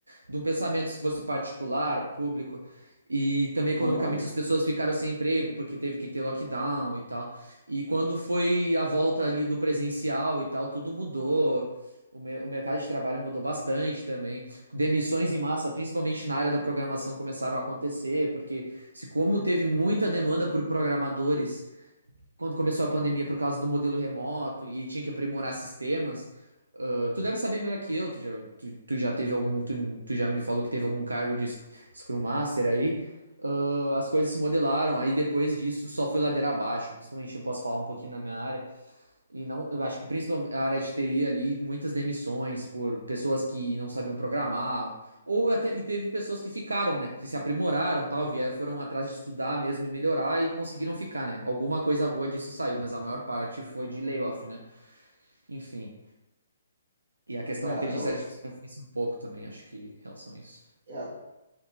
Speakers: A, on the right; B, on the right.
A: de um pensamento, se fosse particular, público. E também economicamente
B: concordo.
A: as pessoas ficaram sem emprego porque teve que ter lockdown e tal. E quando foi a volta ali do presencial e tal, tudo mudou. O, mer- o mercado de trabalho mudou bastante também. Demissões em massa, principalmente na área da programação, começaram a acontecer, porque se como teve muita demanda por programadores quando começou a pandemia por causa do modelo remoto e tinha que aprimorar sistemas, ah, tu deve saber melhor que eu. Tu já, tu, tu já teve algum, tu, tu já me falou que teve algum cargo de sc- Scrum Master aí. Ah, as coisas se modelaram, aí depois disso só foi ladeira abaixo. Principalmente eu posso falar um pouquinho na minha área. E não, eu acho que principalmente a área de TI ali, muitas demissões por pessoas que não sabiam programar, ou até, e teve pessoas que ficaram, né, que se aprimoraram, tal, vieram, foram atrás de estudar mesmo e melhorar e conseguiram ficar, né? Alguma coisa boa disso saiu, mas a maior parte foi de layoff, né? Enfim. E a questão
B: É,
A: da inteligência
B: eu
A: artificial influencia um pouco também, acho que, em relação a isso.
B: é,